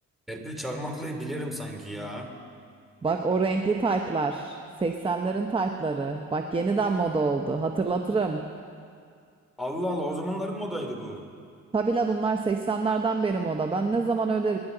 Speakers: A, in the centre; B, on the right.
A: Serpil Çakmaklı'yı bilirim sanki ya.
B: Bak o renkli taytlar. 80'lerin taytları. Bak yeniden moda oldu. Hatırlatırım.
A: Allah Allah o zamanların modaydı bu.
B: Tabi la bunlar 80'lerden beri moda. Ben ne zaman öyle